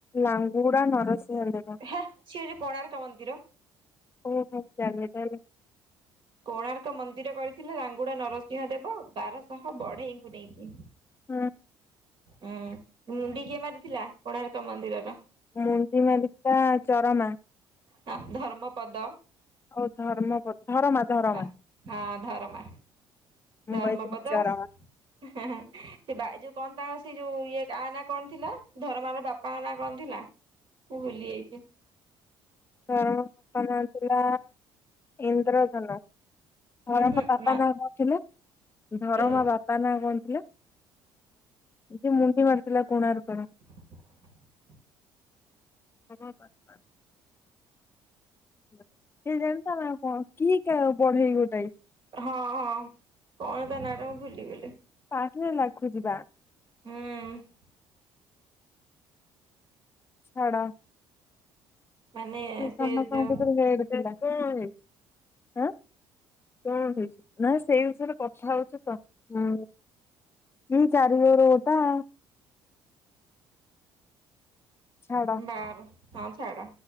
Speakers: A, on the left; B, on the right.
A: ଲାଙ୍ଗୁଡା ନରସିଂହ ଦେବ।
B: ହେ ସିଏ ହୋଉଛି କୋଣାର୍କ ମନ୍ଦିର।
A: ଓଃ ହୋ ମୁଁ ଜାଣିନି ତାହେଲେ।
B: କୋଣାର୍କ ମନ୍ଦିର କରିଥିଲେ ଲାଙ୍ଗୁଡ଼ା ନରସିଂହ ଦେବ ବାରଶହ ବଢେଇଙ୍କୁ ନେଇକି।
A: ହଁ।
B: ହଁ ମୁଣ୍ଡି କିଏ ମାରିଥିଲା କୋଣାର୍କ ମନ୍ଦିରର?
A: ମୁଣ୍ଡି ମାରିଥିଲା ଚରମା।
B: ହା ଧର୍ମପଦ।
A: ହଉ ଧର୍ମପଦ ଧରମା ଧରମା।
B: ହଁ ଧରମା
A: ମୁଁ
B: ଧର୍ମପଦ।
A: କହିଥିଲି ଚରମା
B: ସେ ବା ଏଇ ଯୋଉ କଣ ତାଙ୍କ ସେ ଯୋଉ ଇଏ ଗାଁ ନା କଣ ଥିଲା ଧରମାର ବାପା? ବାପାଙ୍କ ନାଁ କଣ ଥିଲା ମୁଁ ଭୁଲି ଯାଇଛି?
A: ର ବାପାଙ୍କ ନାଁ ଥିଲା ଇନ୍ଦ୍ରଧନୁ। ଧରମା
B: ଉଁ ହୁଁ
A: ବାପା
B: ନା
A: ନାଁ କଣଥିଲା ଧରମା
B: ଉଁ
A: ବାପା? ବାପା ନା କଣ ଥିଲା ଯିଏ ମୁଣ୍ଡି ମାରିଥିଲା କୋଣାର୍କ ର?
B: <unintelligible>
A: ହବା ବାସ୍ ବାସ୍। ସେ ଜାଣିଥା ନା କଣ କି ବଢେଇ ଗୋଟାଏ।
B: ହଁ ହଁ କଣ ତା ନାଁ ଟା ମୁଁ ଭୁଲିଗଲି।
A: ପାଟିରେ ଲାଖୁଛି ବା।
B: ହୁଁ।
A: ଛାଡ଼।
B: ମାନେ
A: <unintelligible>
B: ସେ ଯୋଉ
A: ଆଁ କଣ ହେଇଛି ନା ସେଇ ବିଷୟରେ କଥା ହଉଛ ତ ହଁ। କି ଚାରି। <unintelligible> ଛାଡ
B: ବାର ହଁ ଛାଡ।